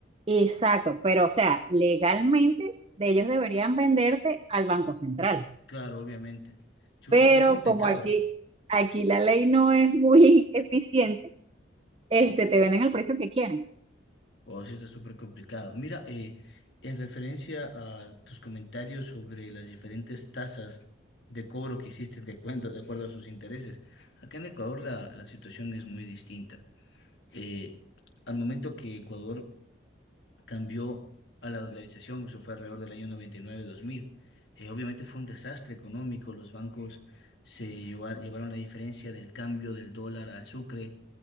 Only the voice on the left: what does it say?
Claro, obviamente. Chuta,
qué complicado.
Wow, sí está súper complicado. Mira, eh, en referencia a tus comentarios sobre las diferentes tasas de cobro que existen de acuerdo, de acuerdo a sus intereses, acá en Ecuador la, la situación es muy distinta. Eh, al momento que Ecuador cambió a la dolarización, eso fue alrededor del año 99-2000. Eh, obviamente fue un desastre económico, los bancos se lleva- llevaron la diferencia del cambio del dólar al sucre,